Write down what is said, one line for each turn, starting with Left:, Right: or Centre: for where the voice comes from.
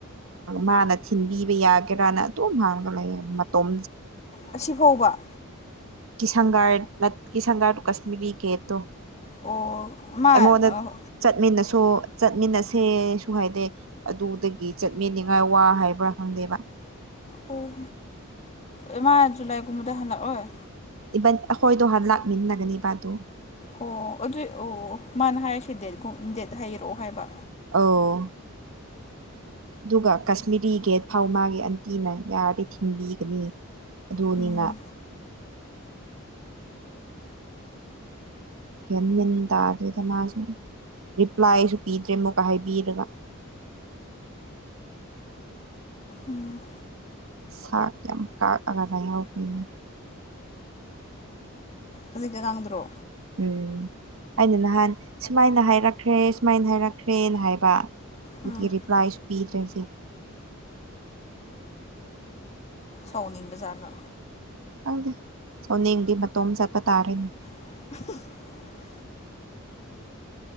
Right: ꯃꯥꯅ ꯊꯤꯟꯕꯤꯕ ꯌꯥꯒꯦꯔꯅ ꯑꯗꯨꯇꯣꯝ ꯍꯥꯡꯉꯒ ꯂꯩ ꯃꯇꯣꯝ
Left: ꯑꯁꯤꯐꯥꯎꯕ
Right: ꯀꯤꯁꯟꯒꯥ ꯀꯤꯁꯪꯒꯥꯥꯔ ꯀꯁꯃꯤꯔꯤ ꯀꯦꯇꯣ
Left: ꯑꯣ ꯃꯥ
Right: ꯑꯩꯉꯣꯟꯗ
Left: ꯑꯣ
Right: ꯆꯠꯃꯤꯟꯅꯁꯨ ꯆꯠꯃꯤꯟꯅꯁꯤ ꯁꯦꯁꯨ ꯍꯥꯏꯗꯦ ꯑꯗꯨꯗꯒꯤ ꯆꯠꯃꯤꯅꯤꯉꯥꯏ ꯋꯥ ꯍꯥꯏꯕ꯭ꯔꯥ ꯈꯪꯗꯦꯕ
Left: ꯑꯣ ꯑ ꯃꯥ ꯖꯂꯥꯏꯒꯨꯝ ꯃꯗꯥ ꯍꯂ ꯑꯣꯏ
Right: ꯑꯩꯈꯣꯏꯗꯣ ꯂꯥꯛꯃꯤꯟꯅꯒꯅꯤꯕꯗꯥꯪ ꯑꯗꯨꯝ
Left: ꯑꯣ ꯑꯗꯨꯏ ꯑꯣ ꯃꯥꯅ ꯍꯥꯏꯔꯁꯦ ꯗꯦꯠꯒꯨꯝ ꯗꯦꯠ ꯍꯩꯔꯛꯑꯣ ꯍꯥꯏꯕ
Right: ꯑꯧ ꯑꯗꯨꯒ ꯀꯥꯁꯃꯤꯔꯤ ꯒꯦꯠ ꯐꯥꯎ ꯃꯥꯒꯤ ꯑꯟꯇꯤꯅ ꯌꯥꯔꯗꯤ ꯊꯤꯟꯕꯤꯒꯅꯤ ꯑꯗꯨꯅꯤ
Left: ꯎꯝ
Right: ꯃꯥ ꯀ ꯏꯟ ꯇꯥꯗ꯭ꯔꯔꯤꯗ ꯃꯥꯁꯨ ꯔꯤꯄ꯭ꯂꯥꯏꯁꯨ ꯄꯤꯗ꯭ꯔꯦ ꯑꯃꯨꯛꯀ ꯍꯥꯏꯕꯤꯔꯒ
Left: ꯎꯝ
Right: ꯁꯥ ꯀ ꯌꯥꯝ ꯀꯥꯒꯗ ꯌꯥꯎꯒꯅꯦ
Left: ꯑꯗꯨꯖꯤ ꯀꯦ ꯀꯥꯡꯗꯔꯣ
Right: ꯎꯝ ꯑꯩꯅ ꯅꯍꯥꯟ ꯁꯨꯃꯥꯏꯅ ꯍꯥꯏꯔꯛꯈ꯭ꯔꯦ ꯁꯨꯃꯥꯏꯅ ꯍꯥꯏꯔꯛꯈ꯭ꯔꯦꯅ ꯍꯥꯏꯕ
Left: ꯎꯝ
Right: ꯊꯦꯔꯤ ꯄ꯭ꯔꯏꯁ ꯄꯤꯗ꯭ꯔꯦꯁꯤ
Left: ꯁꯥꯎꯅꯤꯡꯕ ꯖꯥꯔꯗ
Right: ꯈꯪꯗꯦ ꯁꯣꯅꯤꯡꯗꯤ ꯃꯇꯣꯝ ꯆꯠꯄ ꯇꯥꯔꯦꯅꯦ
Left: <unintelligible>